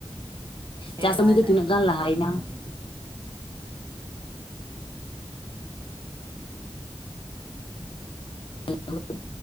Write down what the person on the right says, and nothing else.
ᱦᱮᱸ
ᱞᱟᱦᱟᱭᱮᱱᱟ
ᱨᱚᱯᱚᱲ
ᱠᱚ ᱱᱤᱛᱚᱜ ᱫᱚ
ᱦᱩᱭᱱᱟ